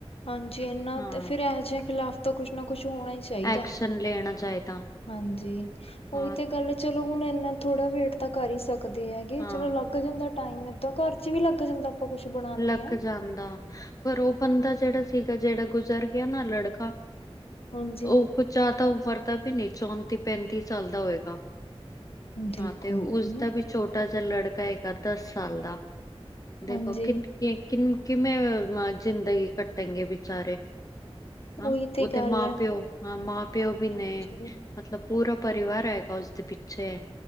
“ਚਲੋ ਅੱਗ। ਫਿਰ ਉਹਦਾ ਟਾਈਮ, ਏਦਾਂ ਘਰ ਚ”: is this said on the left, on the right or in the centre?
Left